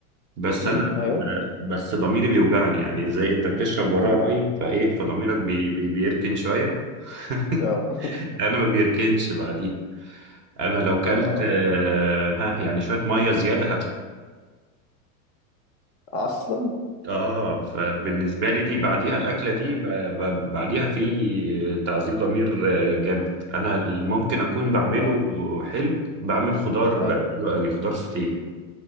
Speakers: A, on the right; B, on the left.
A: بس
B: امم
A: انا
B: ايوه
A: بس ضميري بيوجعني يعني زي انت بتشرب وراه
B: <laughs>
A: رايب فايه فضميرك بي... بي... بيركن شويه <laughs>
B: اه
A: انا ما بيركنش بعديها انا
B: <laughs>
A: لو كلت
B: اه
A: آه، ها يعني شويه ميه زياده
B: اصلا
A: اه فبالنسبة لي دي بعديها الأكلة
B: اه
A: دي ب- ب- بعديها في تعذيب ضمير آه، جامد أنا اللي ممكن أكون بعمله
B: اه
A: حلو بعمل خضار
B: ايوه
A: حلو قوي خضار سوتيه